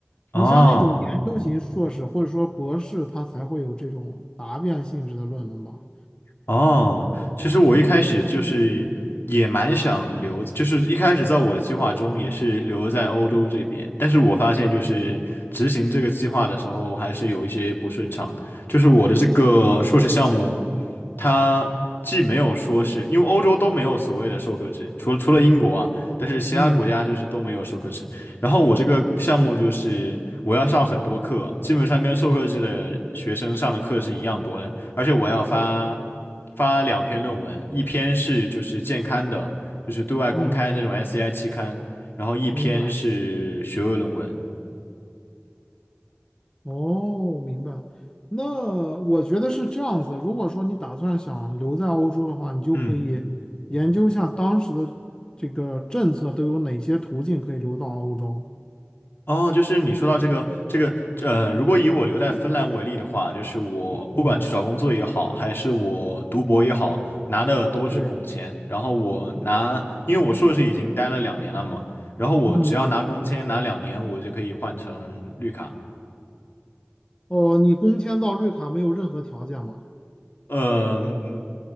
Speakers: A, on the left (about 60°); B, on the left (about 20°).
A: 哦，
B: 你像那种研究型硕士或者说博士，他才会有这种答辩性质的论文吧？
A: 哦，其实我一开始就是也蛮想留，
B: 嗯
A: 就是一开始在我的计划中也是留在欧洲这边，
B: 嗯
A: 但是我发现就是执行这个计划的时候还是有一些不顺畅，就是我的这个硕士项目它既没有说是因为欧洲都没有所谓的授课制，
B: 嗯
A: 除了除了英国啊，但是其他国家就是都没有授课制。
B: 嗯嗯，
A: 然后我这个项目就是我要上很多课，
B: 是，
A: 基本上跟授课制的学生上的课是一样多的，而且我要发
B: 嗯
A: 发两篇论文，一篇是就是健刊的，就是对外公开那种
B: 嗯，
A: SCI 期刊，然后一篇是学位论文。
B: 明白。哦，明白。那我觉得是这样子。如果说你打算想留在欧洲的话，你就可以研究一下当时的这个政策都有哪些途径可以留到欧洲。
A: 嗯。哦，就是你说到这个这个呃，如果以我留在芬兰为例的话，就是我不管去找工作也好，
B: 嗯，
A: 还是我读博也好，拿的都是工签。
B: 对，
A: 然后我拿，因为我硕士已经待了两年了嘛，然后我只要拿工签拿两年，
B: 嗯嗯
A: 我就可以换成绿卡。
B: 哦，你工签到绿卡没有任何条件吗？
A: 呃，嗯